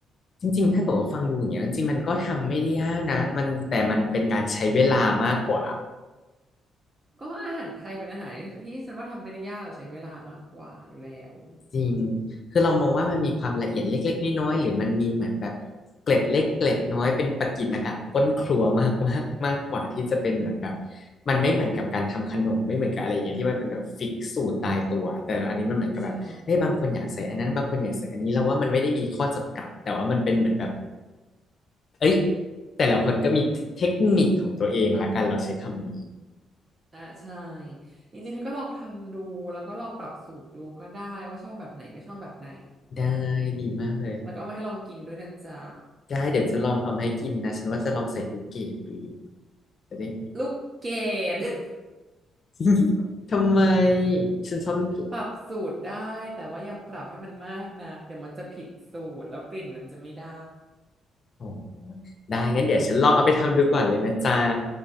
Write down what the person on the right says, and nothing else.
<laughs> ก็อาหารไทยเป็นอาหารที่ฉันว่าทำไม่ได้ยากแต่ใช้เวลามากกว่าอยู่แล้ว
ใช่
อ่าใช่จริงๆเธอก็ลองทำดูแล้วก็ลองปรับสูตรดูก็ได้ว่าชอบแบบไหนไม่ชอบแบบไหน
แล้วก็เอามาให้ลองกินด้วยนะจ๊ะ
ลูกเกด <laughs>
ปรับสูตรได้แต่ว่าอย่าปรับให้มันมากนะเดี๋ยวมันจะผิดสูตรแล้วกลิ่นมันจะไม่ได้